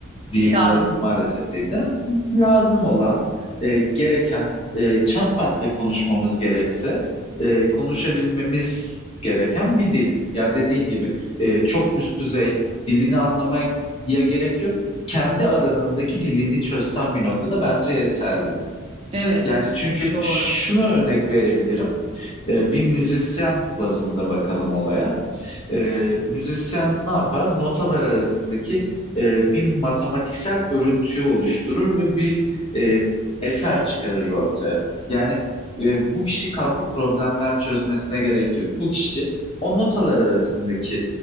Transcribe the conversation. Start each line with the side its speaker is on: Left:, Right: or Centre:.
Left: diyebilirim,
Right: lazım.
Left: maalesef diyebilirim. Lazım olan, e, gereken, e, çat patla konuşmamız gerekse, e, konuşabilmemiz gereken bir dil. Ya dediğin gibi e, çok üst düzey dilini anlamaya gerek yok. Kendi alanındaki dilini çözsen bir noktada bence yeterli.
Right: Evet,
Left: Yani çünkü
Right: doğru.
Left: şunu örnek verebilirim. E, bir müzisyen bazında bakalım olaya. E, müzisyen ne yapar? Notalar arasındaki e, bir matematiksel örüntüyü oluşturur ve bir e, eser çıkarır ortaya. Yani e, bu kişi kalkıp problemler çözmesine gerek yok. Bu kişi o notalar arasındaki